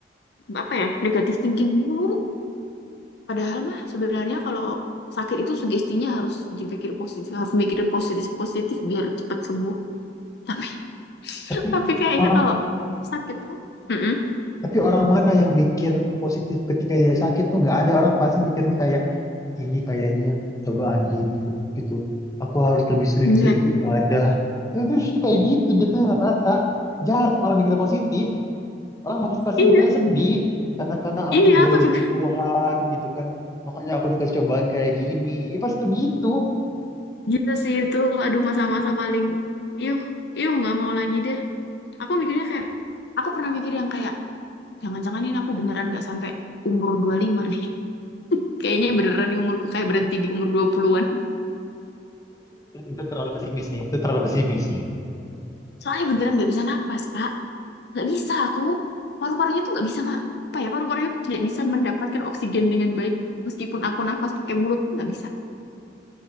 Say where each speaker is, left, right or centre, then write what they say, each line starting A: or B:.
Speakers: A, on the left (about 65°); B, on the left (about 20°).
A: apa ya, negatif thinking dulu. Padahal mah sebenarnya kalau sakit itu sugestinya harus dipikir positif, harus mikir positif-positif biar cepat sembuh. Tapi, <laughs>
B: Tapi
A: tapi kayaknya
B: orang
A: kalau sakit tuh, mm-mm,
B: tapi orang mana yang mikir positif ketika dia sakit tuh nggak ada orang pasti mikirnya kayak ini kayaknya cobaan hidup gitu. Aku harus lebih sering-sering
A: iya,
B: ibadah. itu kayak gitu jatuhnya rata jarang orang mikir positif orang makin pasti
A: iya,
B: mikirnya sedih karena karena aku
A: iya,
B: jauh
A: aku juga
B: dari Tuhan gitu kan makanya aku dikasih cobaan kayak gini ya pasti begitu
A: <laughs> gila sih itu, aduh masa-masa paling, yuh, yuh nggak mau lagi deh. Aku mikirnya kayak aku pernah mikir yang kayak Jangan-jangan ini aku beneran gak sampai umur dua puluh lima nih. Kayaknya beneran di umur kayak berhenti di umur dua an
B: itu terlalu pesimis sih itu terlalu pesimis sih
A: Soalnya beneran gak bisa napas, Kak. Gak bisa aku. Paru-parunya tuh gak bisa, apa ya, paru-parunya tuh tidak bisa mendapatkan oksigen dengan baik. Meskipun aku nafas pakai mulut tuh gak bisa.